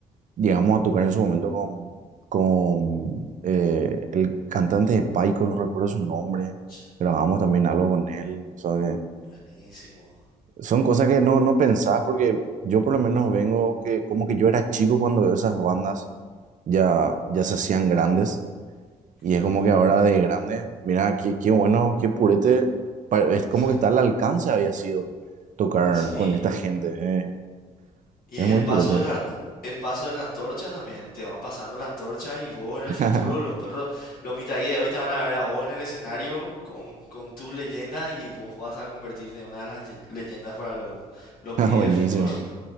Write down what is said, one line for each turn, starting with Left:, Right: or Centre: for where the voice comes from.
Right: llegamos a tocar en su momento con, con eh, el cantante de Paico, no recuerdo su nombre,
Left: Ch-
Right: grabamos también algo con él, ¿sabes?
Left: Buenísimo,
Right: Son cosas que no, no pensás porque yo por lo menos vengo que como que yo era chico cuando veo esas bandas ya, ya se hacían grandes y
Left: claro.
Right: es como que ahora de grande, mira, qué, qué bueno, qué purete, pa- es como
Left: Sí,
Right: que está al alcance había sido tocar
Left: sí.
Right: con esta gente, eh.
Left: Y
Right: Es
Left: es
Right: muy
Left: el paso
Right: purete.
Left: de la, art- el paso de la antorcha también. Te van pasando la antorcha y vos en el
Right: <laughs>
Left: futuro, los perros, los mitaí de hoy te van a ver a vos en el escenario con, con tus leyendas y vos vas a convertirte en una de las ye- leyendas para los, los pibes
Right: Buenísimo.
Left: del futuro.